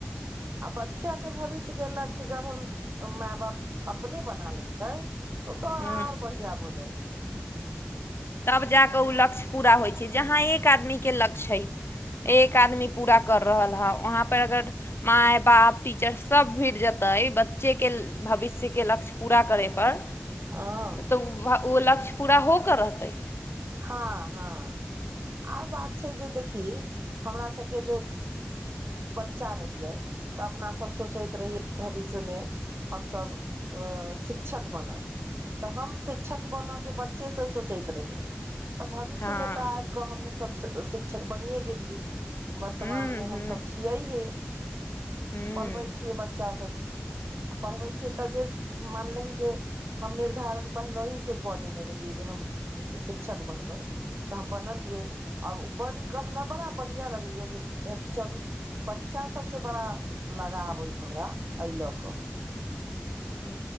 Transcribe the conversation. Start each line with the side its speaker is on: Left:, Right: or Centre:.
Right: <inaudible> आ बच्चा केँ भविष्यके लक्ष्य जब हम माय बाप अपने बना लै छै ओ तऽ
Left: हु
Right: आर बढ़िआँ भऽ जाइ छै
Left: तब जा कऽ ओ लक्ष्य पूरा होइ छै जहाँ एक आदमी केँ लक्ष्य है एक आदमी पूरा कर रहल हइ वहाँ पर अगर माय बाप टीचर सभ भिड़ जेतै बच्चे केँ भविष्य केँ लक्ष्य पूरा करै पर
Right: <unintelligible>
Left: तऽ ओ लक्ष्य पूरा होके रहतै।
Right: हँ हँ। आर बात छै जे देखी हमरा सब केँ जे बच्चा रहियै तऽ अपना सब सोचैत रहिय भविष्य में हम सभ शिक्षक बनब। तऽ हम शिक्षक बन के बच्चे से सोचैत रहियै। तऽ भविष्यमे
Left: हँ
Right: तऽ आबि कऽ हमहूँसभ शिक्षक बनिए गेलियै। वर्तमानमे
Left: हुँ हुँ
Right: हमसभ छियैहे
Left: हुँ
Right: पढ़बै छियै बच्चा सभके। आ पढ़बै छियै तऽ जे मानलही जे। हम निर्धारण पहिलेहि से कऽ लेने रहियै जे हम श शिक्षक बनबै तऽ हम बनलियै आओर ओ बनि कऽ हमरा बड़ा बढ़िआँ लगैए जेकि चलू बच्चा सभसँ बड़ा लगाव अइ हमरा एहि लऽ कऽ
Left: हू